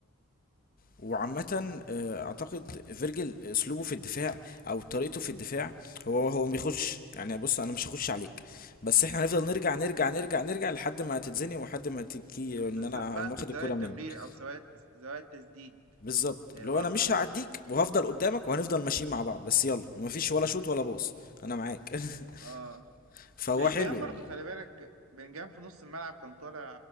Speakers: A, on the left; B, on the right.
A: وعامة آه، أعتقد فيرجل أسلوبه في الدفاع أو طريقته في الدفاع هو هو ما بيخش يعني بص أنا مش هخش عليك بس إحنا هنفضل نرجع نرجع نرجع نرجع لحد ما تتزنق ولحد ما تيجي
B: بالظبط
A: إن أنا
B: بقى
A: واخد
B: في زوايا
A: الكرة
B: التمرير
A: منك
B: أو زوايا زوايا التسديد
A: بالظبط
B: آه،
A: لو
B: برضه
A: أنا مش هعديك وهفضل قدامك وهنفضل ماشيين مع بعض بس يلا مفيش ولا شوط ولا باص أنا معاك
B: آه
A: <laughs> فهو
B: بلينجهام
A: حلو
B: برضه خلي بالك بلينجهام في نص الملعب كان طالع